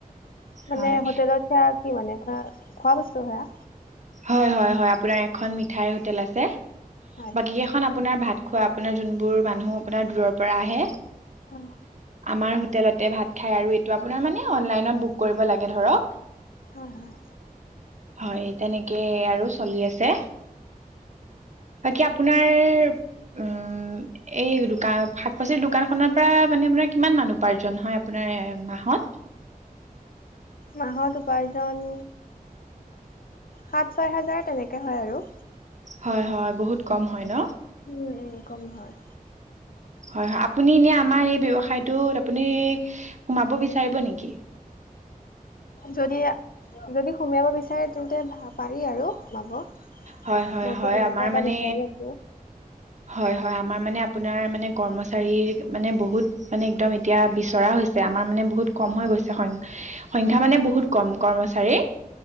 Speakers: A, on the left; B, on the right.
A: মানে
B: হয়
A: হোটেলত সেয়া কি মানে খোৱা বস্তু সেয়া?
B: হয় হয় হয় আপোনাৰ এখন মিঠাইৰ হোটেল আছে।
A: হয়
B: বাকী কেইখন আপোনাৰ ভাত খোৱা আপোনাৰ যোনবোৰ মানুহ আপোনাৰ দূৰৰ পৰা আহে
A: হয়
B: আমাৰ হোটেলতে ভাত খাই আৰু এইটো আপোনাৰ মানে অনলাইনত বুক কৰিব লাগে ধৰক।
A: হয় হয়।
B: হয় তেনেকে আৰু চলি আছে। বাকী আপোনাৰ উম এই দোকান শাক পাচলি দোকানখনৰ পৰা মানে আপোনাৰ কিমান মানুহ উপাৰ্জন হয় আপোনা এ মাহত
A: মাহত উপাৰ্জন সাত-ছয় হাজাৰ তেনেকে হয় আৰু।
B: হয় হয়, বহুত কম হয় ন?
A: উম উম, কম হয়।
B: হয় হয়, আপুনি এনে আমাৰ এই ব্যৱসায়টোত আপুনি সোমাব বিচাৰিব নেকি? <inaudible>
A: যদি যদি সোমিয়াব বিচাৰে তেন্তে পাৰি আৰু সোমাব।
B: হয় হয়
A: মইতো
B: হয়
A: তেনেকা
B: আমাৰ
A: এটা
B: মানে
A: বিচাৰি আছো
B: হয় হয় আমাৰ মানে আপোনাৰ মানে কৰ্মচাৰীৰ মানে বহুত মানে একদম এতিয়া বিচৰা হৈছে আমাৰ মানে বহুত কম হৈ গৈ <unintelligible> সংখ্যা মানে বহুত কম কৰ্মচাৰী।